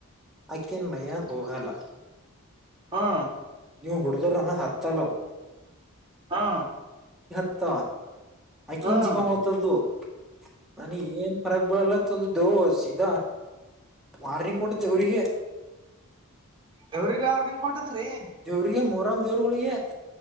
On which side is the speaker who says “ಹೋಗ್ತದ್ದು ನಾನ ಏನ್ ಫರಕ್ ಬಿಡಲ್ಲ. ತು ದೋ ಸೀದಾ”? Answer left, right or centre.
Centre